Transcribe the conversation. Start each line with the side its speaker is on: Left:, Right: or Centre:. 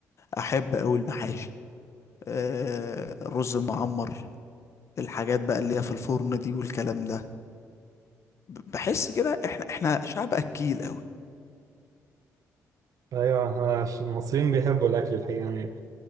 Left: احب اوي المحاشي آه، الرز المعمر الحاجات بقى اللي هي في الفرن دي والكلام ده ب- بحس كده احنا احنا شعب اكيل اوي
Right: ايوه احنا عش- المصريين بيحبوا الاكل الحقيقه يعني